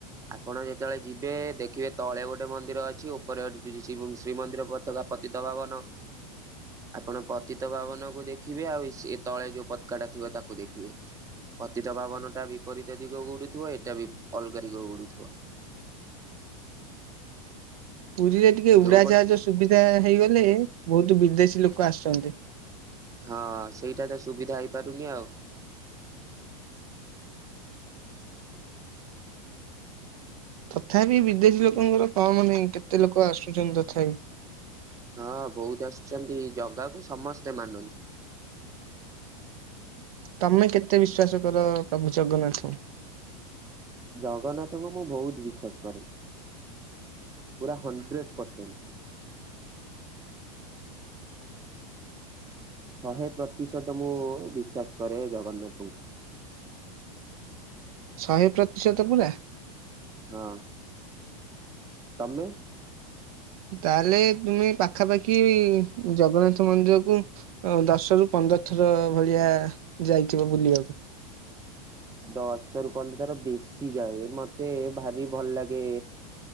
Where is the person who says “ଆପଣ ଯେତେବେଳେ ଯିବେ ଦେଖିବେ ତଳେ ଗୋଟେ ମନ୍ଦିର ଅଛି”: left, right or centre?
Right